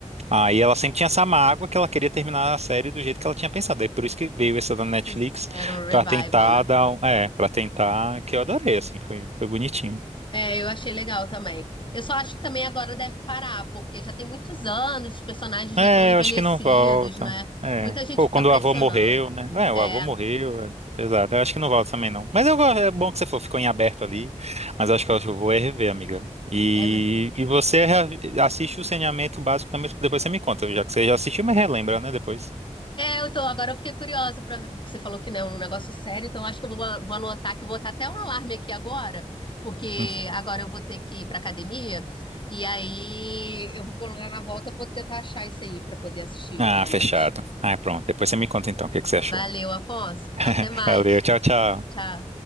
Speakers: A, on the right (about 55°); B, on the left (about 40°).
A: Aí ela sempre tinha essa mágoa que ela queria terminar a série do jeito que ela tinha pensado. Aí por isso que veio essa da Netflix
B: Fizeram um revival,
A: pra tentar
B: né?
A: dar, um- é, para tentar, que eu adorei assim, foi, foi bonitinho.
B: É, eu achei legal também. Eu só acho que também agora deve parar, porque já tem muitos anos, os personagens
A: É,
B: já estão envelhecidos,
A: eu acho que não volta.
B: né?
A: É.
B: Muita gente
A: Pô,
B: fica
A: quando
B: pressionando.
A: o avô morreu, né? É, o
B: É,
A: avô morreu, é pesado. Eu acho que não volta também, não. Mas eu, go- é bom que você falou, ficou em aberto ali. Mas eu acho que eu acho que eu vou é rever, amiga. E,
B: é, mesmo.
A: e você re- assiste o saneamento básico também, depois você me conta, já que você já assistiu, mas relembra, né, depois.
B: é, eu tô, agora eu fiquei curiosa para ver, porque você falou que não é um negócio sério, então acho que eu vou, vou anotar que vou botar até um alarme aqui agora, porque
A: Hum.
B: agora eu vou ter que ir pra academia, e aí eu vou colocar na volta, vou tentar achar isso aí pra poder assistir
A: Ah,
B: hoje à
A: fechado.
B: noite.
A: Ah, pronto. Depois você me conta então o que que você achou.
B: Valeu, Afonso. Então
A: <laughs>
B: até mais.
A: Valeu, tchau, tchau.
B: Tchau.